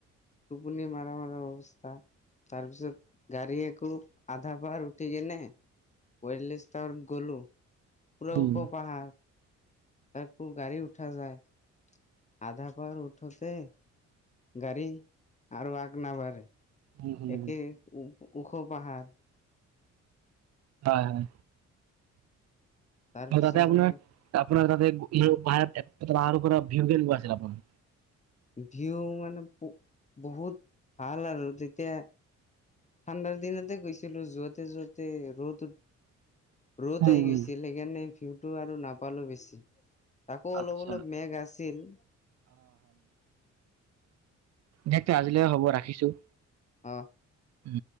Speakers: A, on the left; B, on the right.
A: টোপনি মাৰা মাৰা অৱস্থা তাৰপিছত গাড়ী একো আধা পাহাৰ উঠি কেনে ৱেললেছ তাৱাৰত গ'লো। পোৰা
B: উম
A: ওখ পাহাৰ তকো গাড়ী উঠা যায়। আধা পাহাৰ উঠোতে গাড়ী আৰু আগ নাবাঢ়ে।
B: উম উম
A: একে ওখ পাহাৰ।
B: হয় হয়।
A: তাৰপিছত
B: ত তাতে আপোনাৰ
A: আকৌ
B: আপোনাৰ তাতে বাহিৰত পৰা ভিৰ ভোৱা আছিল আপোনাৰ।
A: ভিউ মানে বহুত ভাল আৰু তেতিয়া ঠাণ্ডাৰ দিনতে গৈছিলো যোৱাতে যোৱাতে ৰ'দ ৰ'দ
B: উম
A: আহি গৈছিল সেইকাৰণে ভিউটো আৰু নাপালো বেছি। তাকো
B: আচ্ছা
A: অলপ অলপ মেঘ আছিল
B: দে তে আজিলৈ হ'ব ৰাখিছো।
A: আহ।
B: উম।